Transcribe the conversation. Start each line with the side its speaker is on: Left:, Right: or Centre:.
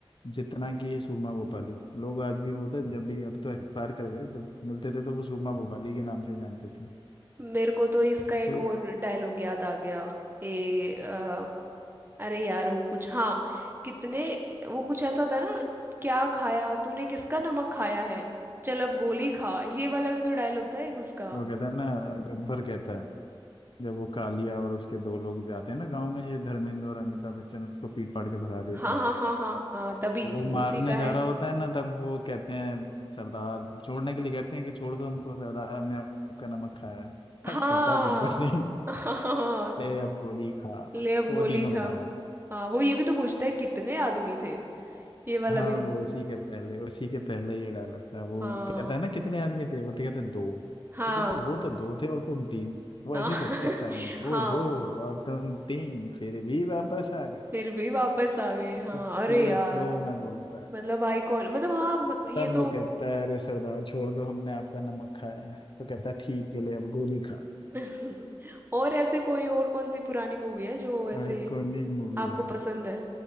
Left: जितना कि ये सूरमा भोपाली लोग आज भी वो था जब भी अब तो एक्सपायर कर गए जब मिलते थे तो वो सूरमा भोपाली के नाम से जानते थे
Right: मेरे को तो इसका एक
Left: तो
Right: और डायलॉग याद आ गया ए अ, अरे यार वो कुछ हाँ कितने वो कुछ ऐसा था ना क्या खाया तूने किसका नमक खाया है चल अब गोली खा ये वाला भी तो डायलॉग था एक उसका
Left: वो कहता है ना गब्बर कहता है जब वो कालिया और उसके दो लोग जाते हैं ना गांव में ये धर्मेंद्र और अमिताभ बच्चन उसको पीट पाट के भगा देते
Right: हाँ
Left: हैं
Right: हाँ हाँ हाँ हाँ तभी
Left: तो वो
Right: तो उसी
Left: मारने
Right: का
Left: जा
Right: है
Left: रहा होता है ना तब वो कहते हैं सरदार छोड़ने के लिए कहते हैं कि छोड़ दो हमको सरदार हमने आपका नमक खाया है
Right: हाँ
Left: अब कहता है गब्बर सिंह
Right: हाँ
Left: ले अब गोली खा
Right: ले अब
Left: वो
Right: गोली
Left: तीनों
Right: खा
Left: को मार देता
Right: हाँ वो ये भी तो पूछता है कितने आदमी थे ये वाला
Left: है। हाँ
Right: भी तो
Left: वो उसी के पहले उसी के पहले ये डायलॉग था वो
Right: हाँ
Left: कहता है ना कितने आदमी थे वो तो कहते हैं, दो
Right: हाँ
Left: तो कहते हैं, वो तो दो थे और तुम तीन वो
Right: हाँ
Left: ऐसे ही बोलता
Right: <laughs>
Left: है स्टाइल में
Right: हाँ
Left: वो दो और तुम तीन फिर भी वापस आ गए
Right: फिर भी वापस आ गए हाँ
Left: उस
Right: अरे
Left: पूरे
Right: यार
Left: फ्लो में बोलता है
Right: मतलब आइकॉन मतलब हाँ मत- ये
Left: तब
Right: तो
Left: वो कहता है अरे सरदार छोड़ दो हमने आपका नमक खाया है तो कहता है ठीक है ले अब गोली खा
Right: <laughs> और ऐसे कोई और कौन सी पुरानी मूवी है जो ऐसे
Left: आइकॉनिक मूवी
Right: आपको
Left: है
Right: पसंद है